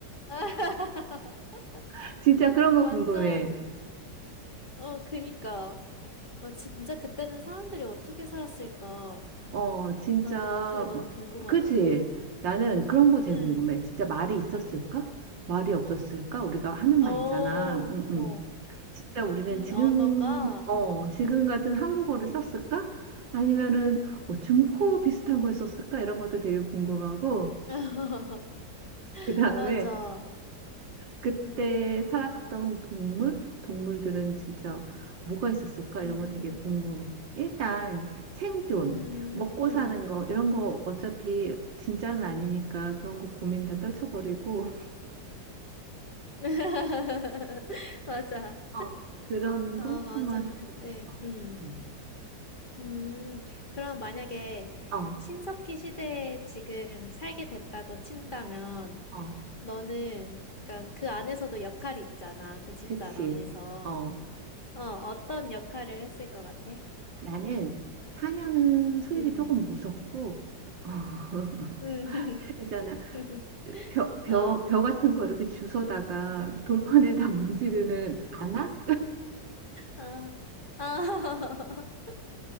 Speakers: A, on the left (about 30°); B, on the right (about 80°).
A: <laughs>
B: <laughs> 진짜 그런 거
A: 완전,
B: 궁금해.
A: 어, 그니까. 와, 진짜 그때는 사람들이 어떻게 살았을까?
B: 어 진짜
A: 나는 그게 너무
B: 마-
A: 궁금하더라고.
B: 그치? 나는 그런 거 제일
A: 응.
B: 궁금해. 진짜 말이 있었을까? 말이 없었을까? 우리가 하는
A: 어,
B: 말 있잖아. 응응.
A: 어.
B: 진짜 우리는
A: 음,
B: 지금
A: 언어가,
B: 어 지금
A: 음,
B: 같은 한국어를 썼을까? 아니면은 뭐 중국어
A: 음.
B: 비슷한 걸 썼을까? 이런 것도 되게 궁금하고
A: <laughs>
B: 그다음에
A: 맞아.
B: 그때
A: 음,
B: 살았던 동물 동물들은 진짜 뭐가 있었을까?
A: 음,
B: 이런 거 되게 궁금해. 일단 생존,
A: 음,
B: 먹고
A: 음.
B: 사는 거 이런 거 어차피 진짜는 아니니까 그런 거 고민 다 떨쳐버리고
A: <laughs> 맞아.
B: <laughs> 어 그런
A: 아,
B: 거
A: 맞아.
B: 한번 해보고
A: 그때,
B: 싶어.
A: 음,
B: 음.
A: 음. 그럼 만약에
B: 어,
A: 신석기 시대에 지금 살게 됐다고 친다면,
B: 어,
A: 너는, 그러니까 그 안에서도 역할이 있잖아. 그 집단
B: 그치.
A: 안에서.
B: 어.
A: 어, 어떤 역할을 했을 것 같아?
B: 나는 사냥은 솔직히
A: 음,
B: 조금 무섭고 <laughs>
A: 음,
B: 있잖아
A: <laughs>
B: 벼, 벼,
A: 어.
B: 벼 같은 거 이렇게 주워다가 돌판에다 <laughs> 문지르는 안악?
A: 아, 아, <laughs>